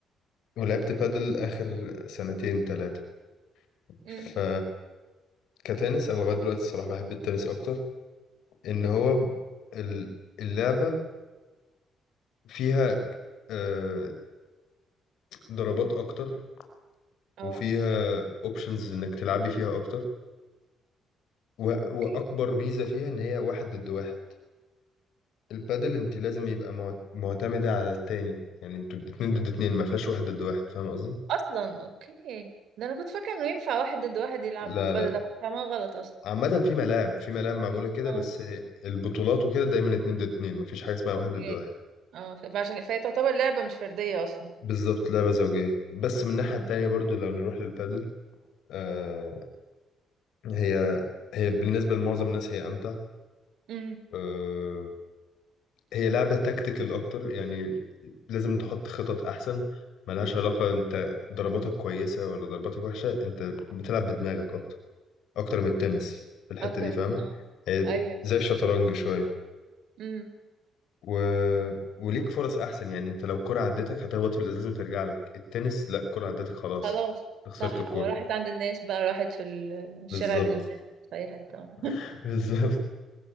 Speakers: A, on the left; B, on the right.
A: ولعبت بادل اخر سنتين ثلاثه ف
B: امم
A: كتنس انا لغايه دلوقتي الصراحه بحب التنس اكتر ان هو ال- اللعبه فيها آه، ضربات اكتر
B: اه
A: وفيها اوبشنز انك تلعبي فيها اكتر و-
B: اوكي
A: واكبر ميزه فيها ان هي واحد ضد واحد البادل انت لازم يبقى مع- معتمده على التاني يعني انتوا اتنين ضد اتنين ما فيهاش واحد ضد واحد فاهم قصدي
B: اصلا اوكي ده انا كنت فاكره انه ينفع واحد ضد واحد يلعب
A: لا
B: في البادل
A: لا
B: ده كنت فاهمها غلط اصلا
A: عامة في ملاعب في ملاعب معمولة كده
B: اه
A: بس البطولات وكده دايما اتنين ضد اتنين مفيش حاجة اسمها واحد
B: اوكي
A: ضد واحد
B: اه ف- فعشان كده- فهي تعتبر لعبة مش فردية اصلا
A: بالظبط لعبة زوجية بس من الناحية
B: امم
A: التانية برضو لو نروح للبادل آه هي هي بالنسبة لمعظم الناس هي أمتع
B: امم
A: آه هي لعبة تكتيكال أكتر يعني لازم تحط خطط أحسن ملهاش علاقة أنت ضرباتك كويسة ولا ضرباتك وحشة أنت بتلعب بدماغك أكتر أكتر من التنس في الحتة
B: اكتر
A: دي
B: من
A: فاهمة
B: اه
A: هي
B: ايوه
A: زي الشطرنج شوية
B: امم
A: و... وليك فرص احسن يعني انت لو كرة عدتك هتخبط في الازاز وترجع لك التنس لا كرة عدتك خلاص
B: خلاص
A: خسرت
B: صح
A: الكرة
B: اه راحت عند الناس بقى راحت في ال- الشارع
A: بالظبط
B: اللي جنبنا راحت في اي حتة اه
A: <laughs> بالظبط